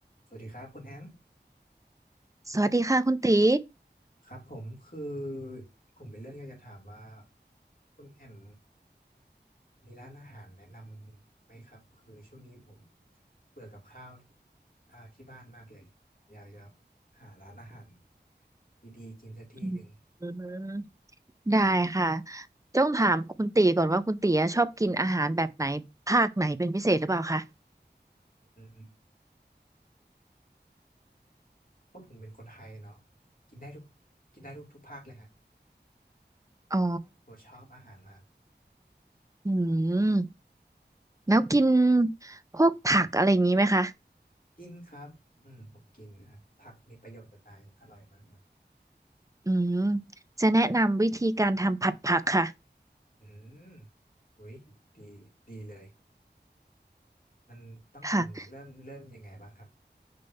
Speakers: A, on the left; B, on the right.
A: สวัสดีครับคุณแอม
B: สวัสดีค่ะคุณตี
A: ครับผมคือผมมีเรื่องอยากจะถามว่าคุณแอมมีร้านอาหารแนะนำไหมครับคือช่วงนี้ผมเบื่อกับข้าวอ่าที่บ้านมากเลยอยากจะหาร้านอาหารดีๆกินสักที่หนึ่ง
B: อืมอืมได้ค่ะต้องถามคุณตีก่อนว่าคุณตีอะชอบกินอาหารแบบไหนภาคไหนเป็นพิเศษหรือเปล่าคะ
A: อืมเพราะผมเป็นคนไทยเนาะผมกินได้ทุกกินได้ทุกทุกภาคเลยฮะ
B: อ๋อ
A: ผมชอบอาหารมาก
B: อืมแล้วกินพวกผักอะไรอย่างนี้ไหมคะ
A: กินครับอืมผมกินนะฮะผักมีประโยชน์จะตายอร่อยมากเลย
B: อืมจะแนะนำวิธีการทำผัดผักค่ะ
A: อืมอุ้ยดีดีเลย มันต้องทำเริ่มเริ่มยังไงบ้างครับ
B: ค่ะ